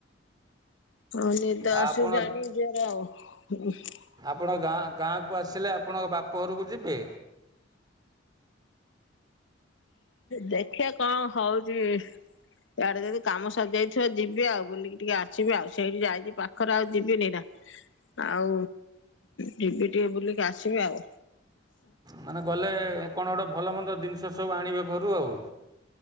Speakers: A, on the left; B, on the right.
A: ହଁ, ନିଦ ଆସୁଚି
B: ଆଉ ଆପଣ
A: <unintelligible>
B: ଆପଣ ଗାଁ ଗାଁକୁ ଆସିଲେ, ଆପଣଙ୍କ ବାପ ଘରକୁ ଯିବେ?
A: ଦେଖିଆ କଣ ହଉଚି? ୟାଡ଼େ ଯଦି କାମ ସରିଯାଇଥିବ ଯିବି ଆଉ, ବୁଲିକି ଟିକେ ଆସିବି ଆଉ, ସେଇଠି ଯାଇଛିି ପାଖରେ, ଆଉ ଯିବିନି ନା! ଆଉ ଯିବି ଟିକେ ବୁଲିକି ଆସିବି ଆଉ
B: ମାନେ ଗଲେ କଣ ଗୋଟେ ଭଲମନ୍ଦ ଦିନିଷ ସବୁ ଆଣିବେ ଘରୁ ଆଉ